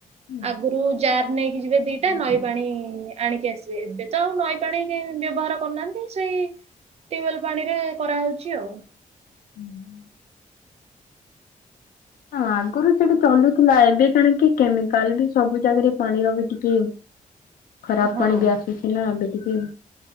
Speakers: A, on the left (about 85°); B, on the right (about 50°).
A: ହୁଁ
B: ଆଗରୁ ଯାର ନେଇ ଯିବେ ଦିଟା ନଈ ପାଣି ଆଣିକି ଆସିବେ ଏବେ ତ ଆଉ ନଈ ପାଣି ବ୍ୟବହାର କରୁନାହାନ୍ତି ସେଇ ଟ୍ୟୁବଲ ପାଣି ରେ କରାହଉଛି ଆଉ।
A: ହୁଁ। ଆଗରୁ ସେଠି ଚଲୁଥିଲା ଏବେ କାଣ କି କେମିକାଲ ବି ସବୁ ଜା ରେ ପାଣିର ବି ଟିକେ ଖରାପ
B: ହଁ
A: ପାଣି ବି ଆସୁଛି ନା ଏବେ ଟିକେ